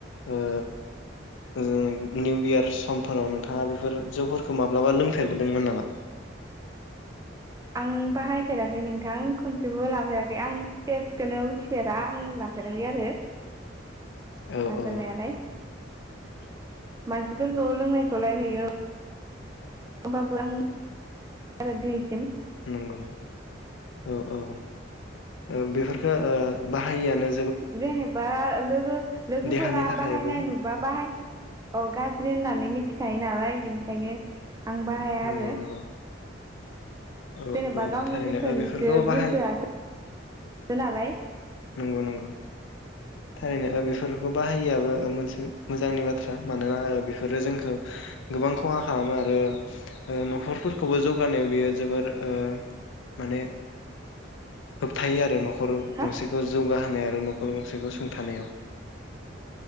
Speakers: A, on the left; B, on the right.
A: ओ ओ निउ इयार समफोराव नोंथाङा बेफोर जौफोरखौ माब्लाबा लोंफेरबोदोंमोन नामा?
B: आं बाहायफेराखै नोंथां खनसेबो लाफेराखै आं टेस्टखौनो मिथिफेरा आं लाफेराखै आरो
A: औ
B: लाफेरनायालाय।
A: औ
B: मानसिफोरखौ लोंनायखौलाय नुयो। होमबाबो आं <unintelligible> आरो दिनैसिम
A: नंगौ औ औ औ बेफोरखो ओ बाहायियानो
B: जेनेबा लोगो लोगोफोरा
A: देहानि थाखायबो
B: बाहायनाय नुबा बाहाय औ गाज्रि होननानै मिथिखायो नालाय बिनिखायनो आं बाहाया
A: नंगौ
B: आरो।
A: नंगौ औ
B: जेनेबा
A: औ
B: गावनि
A: थारैनो
B: गोसोनिसो
A: ओ बेफोरखौ बाहाय
B: गोसोआसो <unintelligible> नालाय।
A: नंगौ नंगौ। थारैनो ओ बेफोरखौ बाहायिआबो मोनसे मोजांनि बाथ्रा मानोना बेफोरो जोंखो गोबां खहा खालामो आरो ओ न'खरफोरखौबो जौगानायाव बियो जोबोर ओ माने होबथायो आरो न'खर
B: हा
A: गंसेखौ जौगाहोनाय आरो न'खर गंसेखौ
B: हेल'
A: थानायाव